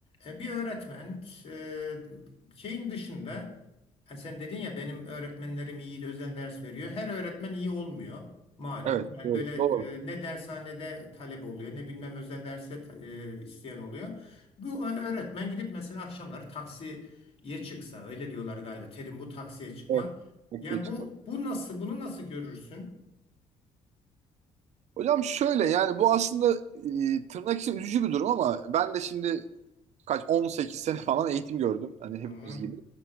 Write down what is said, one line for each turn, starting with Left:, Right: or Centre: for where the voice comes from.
Left: E, bir öğretmen e, şeyin dışında Ha, sen dedin ya benim öğretmenlerim iyi özel ders veriyor. Her öğretmen iyi olmuyor malum.
Right: Evet,
Left: Yani
Right: doğru.
Left: böyle
Right: Doğru.
Left: e, ne dershanede talep oluyor ne bilmem özel derse ta- e, isteyen oluyor. Bu ö- öğretmen gidip mesela akşamları taksiye çıksa öyle diyorlar galiba. Terim bu taksiye çıkmak.
Right: Evet. Eksiğe
Left: Yani
Right: çıkmadı.
Left: bu bu nasıl bunu nasıl görürsün?
Right: Hocam şöyle yani bu aslında e, tırnak için üzücü bir durum ama ben de şimdi kaç 18 sene falan eğitim gördüm. Hani hepimiz
Left: Hı hı,
Right: gibi.